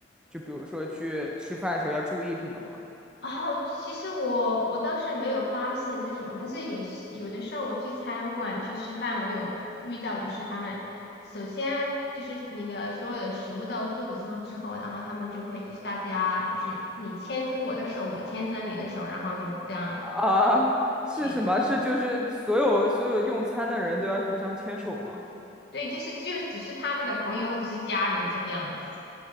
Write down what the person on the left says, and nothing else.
哦，其实我我倒是没有发现这种，但是有些有的时候我去餐馆去吃饭，我有遇到，就是他们首先就是你的所有的食物到桌子上之后，然后他们就会就是大家就是你牵着我的手，我牵着你的手，然后就是这样
去，
对，就是就只是他们的朋友或者是家人这个样子，